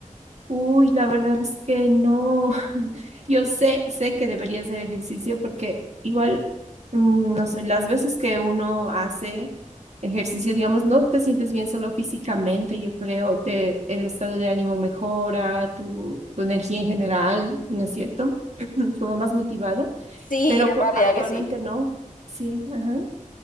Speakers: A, on the right; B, on the left.
A: Uy, la verdad es que no. <laughs> Yo sé, sé que debería hacer ejercicio porque igual, mm, no sé, las veces que uno hace ejercicio, digamos, no te sientes bien solo físicamente, yo creo, te, el estado de ánimo mejora, tu, tu energía en general, ¿no es cierto? <clears throat> Como más motivado,
B: Sí,
A: pero
B: en
A: po-
B: realidad
A: actualmente
B: que sí.
A: no. Sí, ajá.